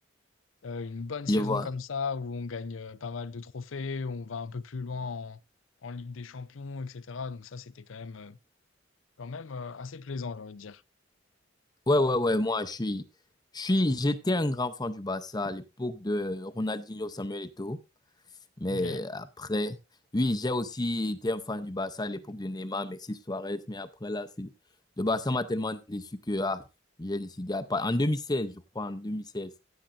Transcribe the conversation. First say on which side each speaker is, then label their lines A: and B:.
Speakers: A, on the left (about 85°); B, on the left (about 20°).
A: euh, une bonne saison
B: Je vois.
A: comme ça où on gagne euh, pas mal de trophées, où on va un peu plus loin en, en Ligue des Champions, etc. Donc ça, c'était quand même euh, quand même euh, assez plaisant, j'ai envie de dire.
B: Ouais, ouais, ouais. Moi, je suis, je suis, j'étais un grand fan du Barça à l'époque de Ronaldinho, Samuel Eto'o. Mais
A: Ok,
B: après, oui, j'ai aussi été un fan du Barça à l'époque de Neymar, Messi, Suarez. Mais après, là, c'est le Barça m'a tellement déçu que ah, j'ai décidé à pas. En 2016, je crois, en 2016,